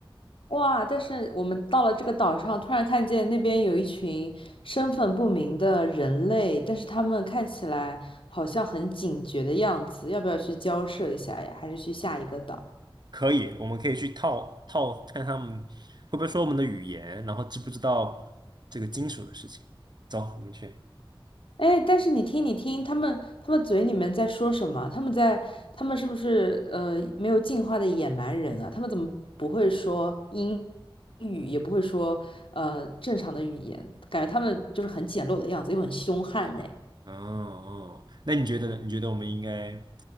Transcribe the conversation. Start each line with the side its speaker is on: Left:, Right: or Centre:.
Left: 哇！但是我们到了这个岛上，突然看见那边有一群身份不明的人类，但是他们看起来好像很警觉的样子，要不要去交涉一下呀？还是去下一个岛？
Right: 可以，我们可以去套套看他们会不会说我们的语言，然后知不知道这个金属的事情。走，我们去。
Left: 哎，但是你听，你听，他们他们嘴里面在说什么？他们在他们是不是呃没有进化的野蛮人啊？他们怎么不会说英语，也不会说呃正常的语言？感觉他们就是很简陋的样子，又很凶悍呢。
Right: 哦哦，那你觉得呢？你觉得我们应该